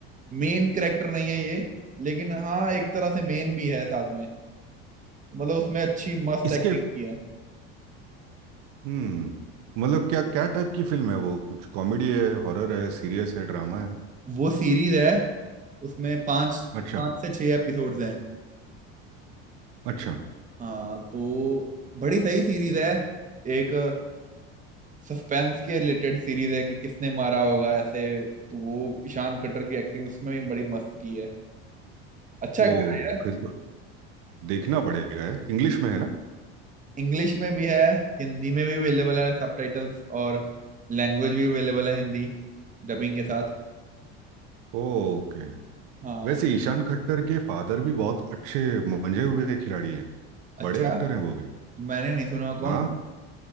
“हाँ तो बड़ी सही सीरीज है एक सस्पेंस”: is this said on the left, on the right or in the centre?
Right